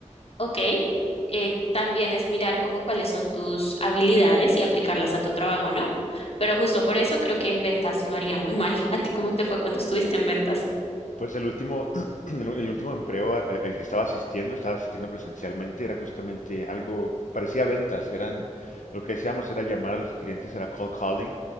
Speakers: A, on the left; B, on the left.
A: ok, eh, también es mirar como cuáles son tus habilidades y aplicarlas a tu trabajo, ¿no? Pero justo por eso creo que en ventas lo haría muy mal. <laughs> ¿A ti cómo te fue cuando estuviste en ventas?
B: Pues el último, <clears throat> el, el último empleo al, al que estaba asistiendo, estaba asistiendo presencialmente, era justamente algo, parecía ventas, eran, lo que hacíamos era llamar a los clientes, era cold calling,